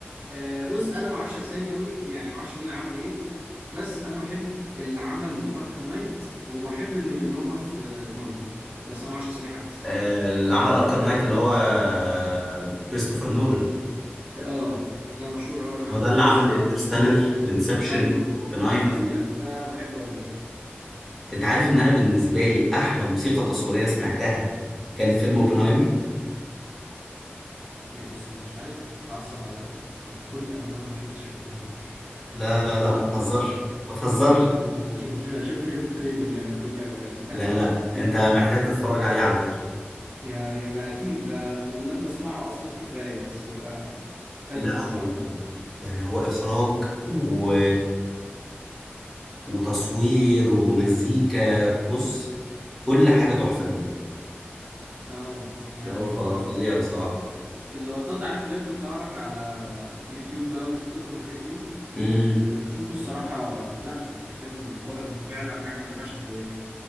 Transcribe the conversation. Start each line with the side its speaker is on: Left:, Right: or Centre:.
Right: آه بص انا ما اعرفش اسامي قوي يعني ما اعرفش مين عمل ايه بس انا بحب اللي عمل اركام نايت وبحب اللي اللي هم في مارفل بس انا ما اعرفش اسامي حد الصراحه
Centre: آه، اللي عمل اركام نايت اللي هو آه، كريستوفر نولان
Right: ده- اه ده مشهور قوي انا عارفه
Centre: هو ده اللي
Right: بس
Centre: عمل انترستيلر وانسبشن
Right: ايوه هو ده
Centre: اوبنهايمر
Right: ده فظيع ده انا بحبه قوي ده
Centre: انت عارف ان انا بالنسبه لي احلى موسيقى تصويريه سمعتها كانت فيلم اوبنهايمر
Right: يعني بص انا مش عايزك تتعصب عليا بس انا بكل امانه ما شفتش اوبنهايمر <laughs>
Centre: لا لا لا ما تهزرش ما تهزرش
Right: انا ما شفتش ما شفتش غير التريلر يعني بكل امانه
Centre: لا لا انت محتاج تتفرج عليه على فكره
Right: <laughs> يعني ما اكيد ده من اللي انا بسمعه اصلا كفايه بس هو فاتني
Centre: لا
Right: الصراحه
Centre: هو يعني هو اخراج و... وتصوير ومزيكا بص كل حاجه تحفه فيه
Right: اه يعني
Centre: لا هو ف-
Right: هو
Centre: فظيع بصراحه
Right: اللقطات عارف اللي هي بتطلع لك على يوتيوب بقى وتيك توك والحاجات دي
Centre: مم.
Right: ب- بشوفه الصراحه لا يعني فيلم واضح انه فعلا حاجه ما ينفعش تفوتها